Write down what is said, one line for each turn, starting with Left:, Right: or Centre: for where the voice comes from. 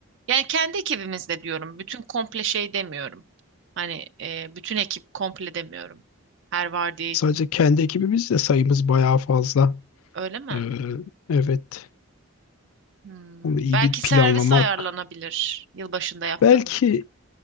Right: Yani kendi ekibimizle diyorum. Bütün komple şey demiyorum. Hani e, bütün ekip komple demiyorum. Her vardiya
Left: Sadece kendi ekibimiz de sayımız bayağı fazla.
Right: öyle mi?
Left: Ee, evet.
Right: Hmm,
Left: Onu iyi
Right: Belki
Left: bir
Right: servis
Left: planlamak.
Right: ayarlanabilir yılbaşında yaptığımız.
Left: Belki